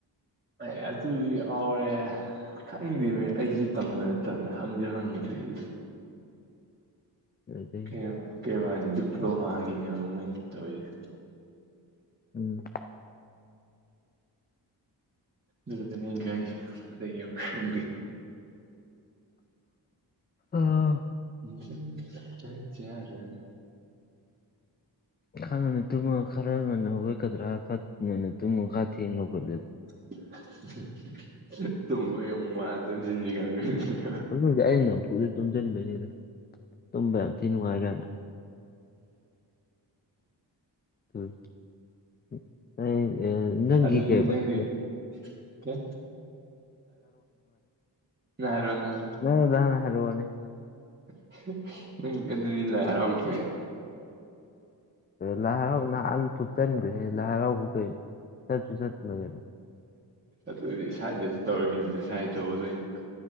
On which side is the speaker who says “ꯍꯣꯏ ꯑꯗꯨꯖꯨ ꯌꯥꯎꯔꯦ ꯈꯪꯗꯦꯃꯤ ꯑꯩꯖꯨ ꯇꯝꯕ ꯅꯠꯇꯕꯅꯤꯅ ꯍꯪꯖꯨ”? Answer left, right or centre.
Right